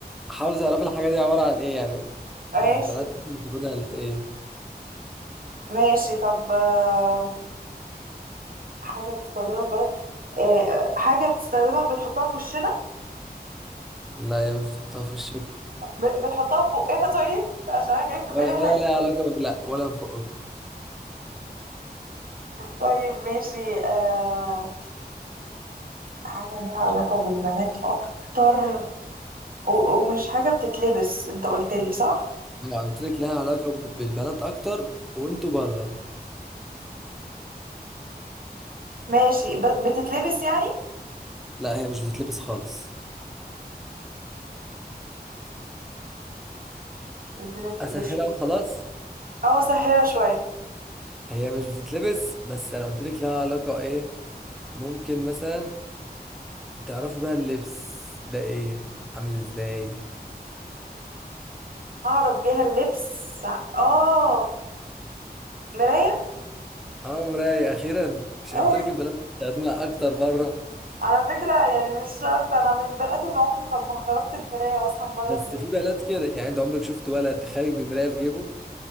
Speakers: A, in the centre; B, on the right.
A: حاول تعرف الحاجة دي عبارة عن إيه يعني
B: ماشي
A: يعني البنات إحنا بتاخدها في إيه
B: ماشي طب آه، حاجة بتستخدمها البنات آه، حاجة بتستخدمها بنحطها في وشنا
A: لا يا مش بتحطها في وشكوا
B: ب- بنحطها في بقنا طيب عشان انا جاي في
A: ولا
B: بالي
A: ولا
B: حاجة
A: لها علاقة ب... لا ولا في بقكوا
B: طيب ماشي آه حاجة ليها علاقة بالبنات اكتر و- ومش حاجة بتتلبس انت قلت لي صح
A: أنا قلت لك لها علاقة ب... بالبنات أكتر وأنتوا بره
B: ماشي ب- بتتلبس يعني
A: لا هي مش بتتلبس خالص
B: مش بنت...
A: أسهلها
B: مش
A: وخلاص
B: اه سهلة شوية
A: هي مش بتتلبس بس أنا قلت لك لها علاقة إيه ممكن مثلا تعرفي بقى اللبس ده ايه عامل ازاي
B: اعرف بيها اللبس اه مراية
A: اه مراية اخيرا مش
B: آه.
A: قلت لك البنات بتستخدمها اكتر مرة
B: على فكرة يعني مش شرط انا من البنات اللي عمري خ- ما خرجت بمراية اصلا بره
A: بس
B: البيت
A: في بنات كده يعني انت عمرك شفت ولد خارج بمراية في جيبه